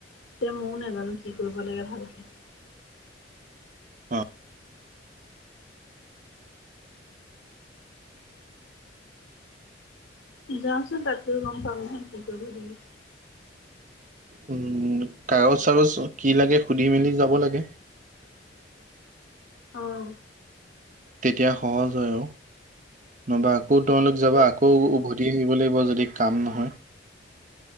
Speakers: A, on the left; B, on the right.
A: এতিয়া মইয়ো নাজানো কি কৰিব লাগে ভালকে
B: অ
A: যাওঁচোন তাত গৈ গম পাম নহয় কি কৰিব লাগে
B: উম কাগজ চাগজ কি লাগে সুধি মেলি যাব লাগে।
A: অহ
B: তেতিয়া সহজ হয় আৰু নহবা আকৌ তোমালোক
A: সেইটোৱে
B: যাবা আকৌ উভতি আহিব লাগিব হব যদি কাম নহয়